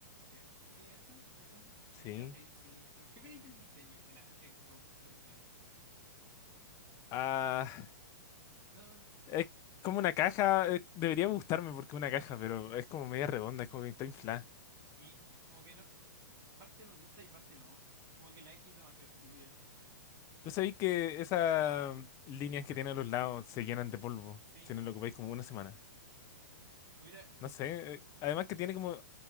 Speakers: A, on the right (about 30°); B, on the left (about 30°).
A: ¿Qué? as- Sí, esta de acá. Es
B: Sí.
A: medio feita, sí. Pero, ¿qué opináis del diseño de la Xbox original?
B: Ah,
A: No, mm,
B: es como una caja. eh, debería gustarme porque es una caja, pero es como media redonda, es como que está inflada.
A: sí. Como que no. Parte me gusta y parte no. Como que la X es demasiado estúpida.
B: ¿Tú sabés que esas mm, líneas que tiene a los lados se llenan de polvo
A: Sí,
B: si no lo ocupáis como una semana?
A: hubiera,
B: No sé. eh, además que tiene como